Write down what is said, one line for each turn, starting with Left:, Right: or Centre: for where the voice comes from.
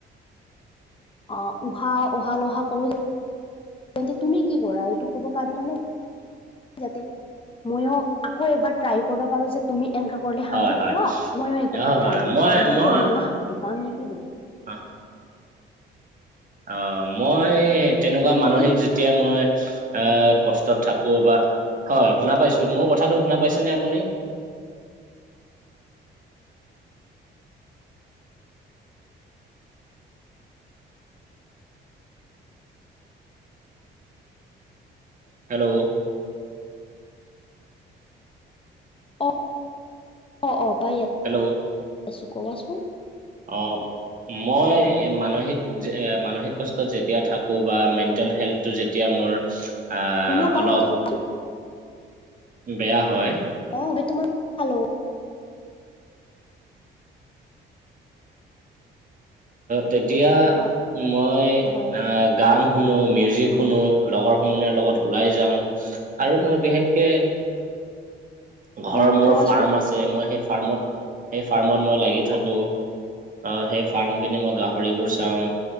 Left: অ', উহা উহা লোহা কৰো তেন্তে তুমি কি কৰা এইটো কব পাৰিবানে? যাতে মইও আকৌ এবাৰ ট্ৰাই কৰিব পাৰো যে তুমি এনেকা কৰিলে শান্তি
Right: হয় হয়
Left: পোৱা ময়ো একবাৰ
Right: হয়
Left: ট্ৰাই কৰি
Right: মই
Left: লম যাতে
Right: মই
Left: ময়ো শান্তি পাম নেকি বুলি।
Right: অ'। অ', মই তেনেকুৱা
Left: যে তুমি
Right: মানসিক
Left: কি
Right: যেতিয়া মই আহ কষ্টত থাকো বা হয় শুনা পাইছো মোৰ কথাটো শুনা পাইছেনে আপুনি? হেল্ল'?
Left: অ অ', অ', পাই
Right: হেল্ল'?
Left: আছো ক'বচোন।
Right: অ', মই মানসিক যে এ মানসিক কষ্টত যেতিয়া থাকো বা মেণ্টেল হেল্থটো যেতিয়া মোৰ আ
Left: শুনা পাই
Right: অলপ
Left: আছো ক
Right: বেয়া হয়।
Left: অ', তোমাৰ <unintelligible> খালো।
Right: তেতিয়া
Left: হয়
Right: মই
Left: হয় হয়
Right: আহ গান শুনো মিউজিক শুনো লগৰ সমনীয়াৰ লগত ওলাই যাওঁ। আৰু মই বিশেষকে ঘৰ
Left: উম
Right: মোৰ
Left: কোৱাচোন
Right: ফাৰ্ম আছে মই সেই ফাৰ্মত সেই ফাৰ্মত মই লাগি থাকো। অ', সেই ফাৰ্ম খিনি মই গাহৰিবোৰ চাওঁ।